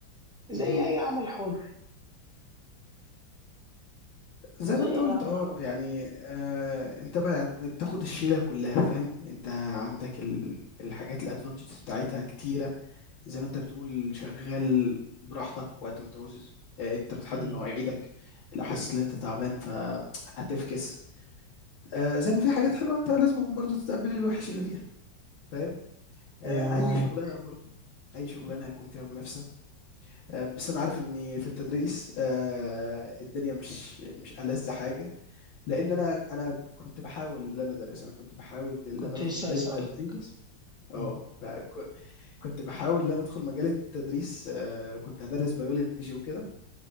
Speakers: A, in the centre; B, on the left (about 80°).
A: زي
B: اهم،
A: اي عمل حر
B: زي
A: زي
B: ما أنت قُلت
A: اي عمل
B: آه،
A: حر
B: يعني آآ، أنت بقى يعني بتاخد الشيلة كلّها فاهم، أنت عندك ال الحاجات الadvantages بتاعتها كتيرة، زي ما أنت بتقول شغّال براحتك وقت ما تعوز، آآ، أنت بتحدد
A: مم.
B: مواعيدك، لو حسيت إن أنت تعبان فهتفكس. آآ زي ما في حاجات حلوة أنت لازمًا برضه تتقبّل الوِحِش اللي فيها، فاهم؟ آآ
A: ايوه انا معاك
B: أي شُغلانة برضه أي شُغلانة
A: مم.
B: هيكون فيها منافسة، آآ بس أنا عارف إنّي في التدريس آآ الدنيا مش مش ألَذ حاجة، لإن
A: مم.
B: أنا أنا كنت باحاول إن أنا أدرّس، أنا كنت باحاول إن
A: كنت
B: أنا أدخُل
A: لسه
B: مجال
A: اسالك
B: التدريس
A: مم.
B: آه، فك كنت باحاول إن أنا أدخُل مجال التدريس آآ وكنت هادرّس biology وكده،